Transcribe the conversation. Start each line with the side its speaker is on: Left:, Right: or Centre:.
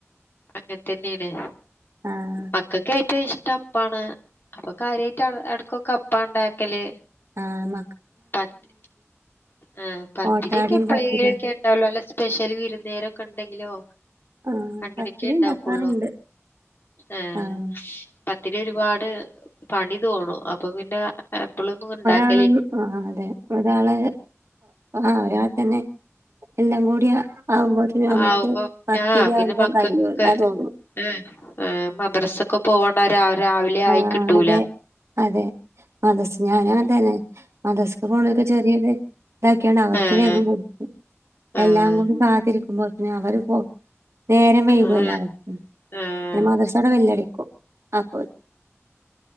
Left: അങ്ങനതന്നെയാണ്
Right: ആഹ്
Left: മക്കള് ക്ക് ഏറ്റവും ഇഷ്ടം അപ്പാണ് അപ്പൊ കാര്യമായിട്ട് ഇ ടക്ക അ പ്പ ഉണ്ടാക്കല്
Right: ആഹ മ
Left: പത്ത് ആ് പത്തിരി
Right: ഓട്ടാടയും
Left: യോ ക്കെ എപ്പഴേകിലൊക്കെ
Right: പത്തിരിയും
Left: എ ഉണ്ട ല്ല സ്പെഷ്യൽ വിരുന്നേരക്കെ ഉണ്ടെങ്കിലോ
Right: ആഹ്
Left: അങ്ങനെയക്കെ
Right: പത്തിരി
Left: ഉണ്ടാക്കള്ളൂ
Right: ഉണ്ടാക്കാറുണ്ട്
Left: ആഹ
Right: ആഹ്
Left: പത്തി രി ഒരുപാട് പണി തോന്നും അപ്പൊ പിന്നെ എപ്പളൊന്നുംണ്ടാക്കി
Right: ആ അതെ ഒരാള് ആ ഒരാൾ തന്നെ എല്ലാം കൂടി
Left: ഉ
Right: ആവുമ്പോത്തിന് നമുക്ക്
Left: ആവുമ്പ
Right: പത്തിരി
Left: ആഹ് പിന്നെ
Right: ആവുമ്പോ
Left: മക്കൾക്കൊക്കെ
Right: കഴിയൂല തോന്നും
Left: ഏ് മദ്രസൊക്കെ പോവണ്ട രാവിലെ ആയി
Right: ആഹ്
Left: കിട്ടൂല
Right: അതെ അതെ മദസ് ഞാന ങ്ങനെ തന്നെ മദസ്ക്ക് പോണക്കെ ചെറിയത് ഇതാക്കിയാ ണ്ട് അവർക്ക്
Left: ഏഹ്
Right: വേഗം കൊടുകും
Left: ഏഹ്
Right: എല്ലാം കൂടി കാത്തിരിക്കുമ്പോത്തെ അവര്പ്പോ നേരം വൈകുവല്ല
Left: ഏഹ്
Right: പിന്നെ
Left: ഏഹ്
Right: മദ്രസോയുടെ വെല്ലടിക്കോ അപ്പ